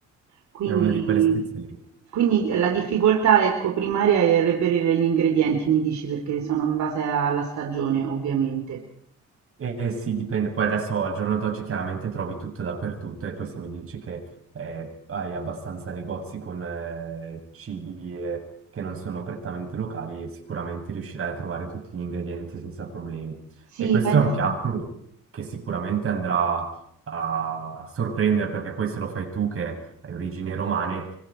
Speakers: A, on the right (about 65°); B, on the right (about 45°).
A: Quindi,
B: È una di quelle spezie lì.
A: quindi la difficoltà, ecco, primaria è reperire gli ingredienti, mi dici, perché sono in base alla stagione, ovviamente.
B: Eh sì, dipende. Poi adesso al giorno d'oggi chiaramente trovi tutto dappertutto e poi se mi dici che eh, hai abbastanza negozi con eh, cibi eh, che non sono prettamente locali, sicuramente riuscirai a trovare tutti gli ingredienti senza problemi.
A: Sì,
B: E questo
A: penso.
B: è un piatto che sicuramente andrà a sorprendere perché poi se lo fai tu che hai origini romane,